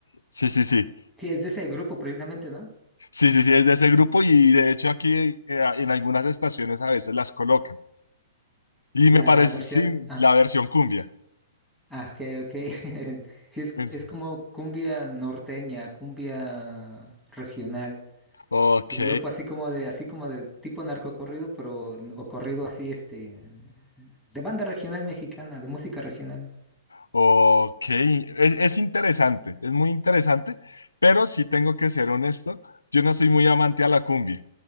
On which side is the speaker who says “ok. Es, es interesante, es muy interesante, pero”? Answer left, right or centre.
Left